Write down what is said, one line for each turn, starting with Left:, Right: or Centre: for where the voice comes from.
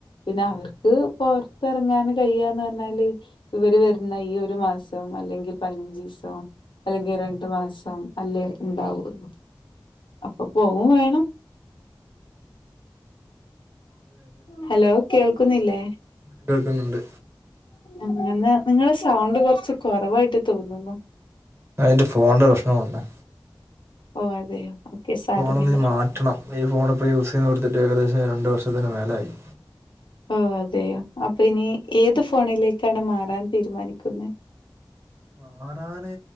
Left: പിന്നെ
Right: ഉം
Left: അവർക്ക് പൊർത്തറങ്ങാൻ കയ്യാന്ന് പറഞ്ഞാല്. ഇവര് വരുന്ന ഈ ഒരു മാസം അല്ലെങ്കിൽ പയിനഞ്ചിസം അല്ലെങ്കിൽ രണ്ടു മാസം അല്ലേ ഉണ്ടാവുള്ളു അപ്പൊ പോകും വേണം.
Right: അതെ അതെ.
Left: ഹലോ കേൾക്കുന്നില്ലേ?
Right: കേൾക്കുന്നുണ്ട്.
Left: അങ്ങനെ നിങ്ങള് സൗണ്ട് കുറച്ച് കൊറവായിട്ട് തോന്നുന്നു.
Right: അതെന്റെ ഫോണൻ്റെ പ്രശ്നം കൊണ്ട
Left: ഓ അതെയോ? ഓക്കെ സാരമില്ല
Right: ഫോൺ ഒന്ന് മാറ്റണം. ഈ ഫോണിപോൾ യൂസ് ചെയ്തു കൊടുത്തിട്ട് ഏകദേശം രണ്ടു വർഷത്തിന്റെ മേലെ ആയി.
Left: ഓ അതെയോ. അപ്പൊ ഇനി ഏത് ഫോണിലേക്കാണ് മാറാൻ തീരുമാനിക്കുന്നെ.
Right: മാറാനേ.